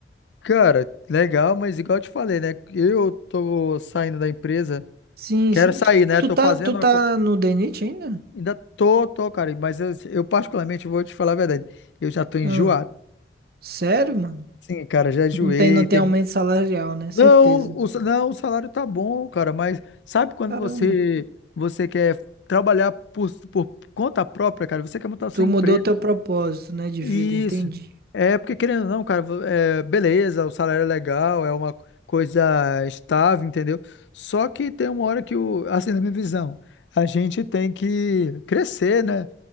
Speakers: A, on the left (about 80°); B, on the right (about 60°).
A: cara, legal, mas igual eu te falei, né? Eu tô saindo da empresa,
B: Sim,
A: quero
B: sim.
A: sair,
B: Que-
A: né?
B: Tu
A: Tô
B: tá,
A: fazendo
B: tu
A: uma
B: tá
A: co-
B: no DNIT ainda?
A: ainda tô, tô, cara, mas eu, eu particularmente vou te falar a verdade. Eu já tô enjoado.
B: Ah, sério, mano?
A: Sim, cara, já enjoei.
B: Não tem, não tem
A: Tem...
B: aumento salarial, né? Certeza.
A: Não, o, sa- não, o salário tá bom, cara, mas sabe quando
B: Caramba.
A: você você quer trabalhar por, por conta própria, cara? Você quer montar sua
B: Tu
A: empresa.
B: mudou o teu propósito, né, de
A: Isso.
B: vida, entendi.
A: É porque, querendo ou não, cara, vo- é, beleza, o salário é legal, é uma coisa estável, entendeu? Só que tem uma hora que, o, assim, na minha visão, a gente tem que crescer, né?